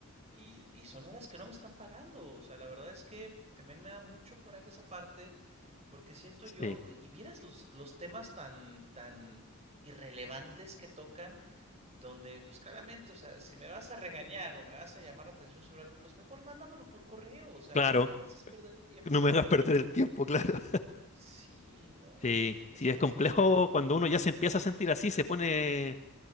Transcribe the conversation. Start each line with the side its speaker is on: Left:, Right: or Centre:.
Right: y, y son horas que no me están pagando. O sea, la verdad es que también me da mucho coraje esa parte, porque siento
Left: sí,
Right: yo, y vieras los, los temas tan, tan irrelevantes que tocan, donde pues claramente, o sea, si me vas a regañar o me vas a llamar la atención sobre algo, pues mejor mándamelo por correo. O sea,
Left: claro.
Right: ¿por qué me haces perder el tiempo?
Left: No me hagas perder el tiempo, <laughs> claro.
Right: Sí, no,
Left: Sí,
Right: es
Left: sí,
Right: frustrante.
Left: es complejo cuando uno ya se empieza a sentir así, se pone,